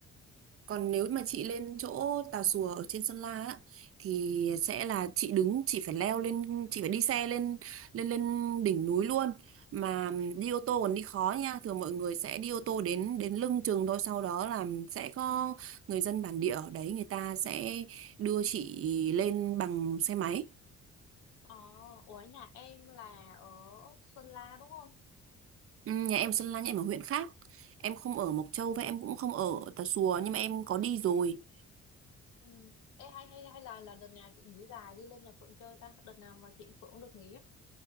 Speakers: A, on the right (about 50°); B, on the left (about 85°).
A: Còn nếu mà chị lên chỗ Tà Xùa ở trên Sơn La á, thì sẽ là chị đứng, chị phải leo lên, chị phải đi xe lên lên lên đỉnh núi luôn. Mà đi ô tô còn đi khó nha, thường mọi người sẽ đi ô tô đến đến lưng chừng thôi, sau đó là sẽ có người dân bản địa ở đấy người ta sẽ đưa chị lên bằng xe máy.
B: Ờ, ủa nhà em là ở Sơn La đúng không?
A: Ừ, Nhà em Sơn La, nhà em ở huyện khác. Em không ở Mộc Châu và em cũng không ở Tà Xùa nhưng mà em có đi rồi.
B: Ừ. Ê, hay hay hay là là đợt nào chị nghỉ dài đi lên nhà Phượng chơi ta? Đợt nào mà chị Phượng được nghỉ á?